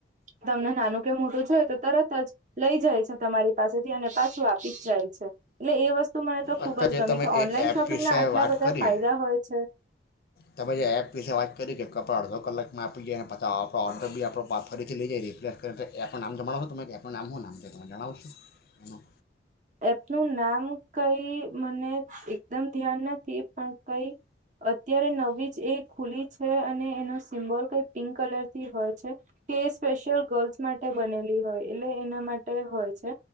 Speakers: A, on the right (about 40°); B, on the left (about 55°).
A: તમને નાનું કે મોટું જોય તો તરત જ લઈ જાય છે. તમારી પાસેથી અને પાછું આપી જ જાય છે. એટલે એ વસ્તુ મને તો ખુબ
B: અત્યારે
A: જ
B: જે
A: ગમે
B: તમે
A: કે ઓનલાઈન
B: એ એપ
A: શોપિંગના
B: વિશે
A: આટલા
B: વાત
A: બધા
B: કરી
A: ફાયદા હોય છે
B: તમે જે એપ વિશે વાત કરી કે કપડા અડધો કલાકમાં આપી જાય, અને પછા આપણો ઓર્ડર બી આપ ફરીથી લઈ જઈએ રિપ્લેસ કરી. તો એપનું નામ જણાવશો તમે એપનું નામ શું નામ છે તમે જણાવશો એનું?
A: એપનું નામ કઈ મને એકદમ ધ્યાન નથી પણ કઈ અત્યારે નવી જ એ ખુલી છે. અને એનો સિમ્બોલ કઈ પિંક કલર થી હોય છે. કે સ્પેશિયલ ગર્લ્સ માટે બનેલી હોય, એટલે એના માટે હોય છે.